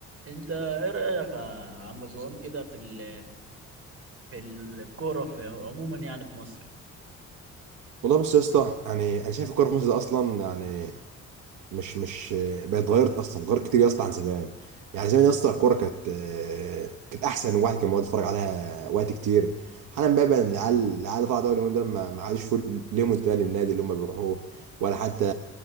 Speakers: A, on the right; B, on the right.
A: انت ايه رايك يا عم ابراهيم كده في ال في الكوره في عموما يعني في مصر
B: والله بص يا اسطى يعني انا شايف الكوره في مصر ده اصلا يعني مش مش بقت اتغيرت اصلا اتغيرت كتير يا اسطى عن زمان يعني زمان يا اسطى الكوره كانت آه، كانت احسن الواحد كان بيقعد يتفرج عليها وقت كتير حالا بقى بقى العيال العيال طالعه دوري اليومين دول ما ما عادش فيه ليهم انتماء للنادي اللي هم بيروحوه ولا حتى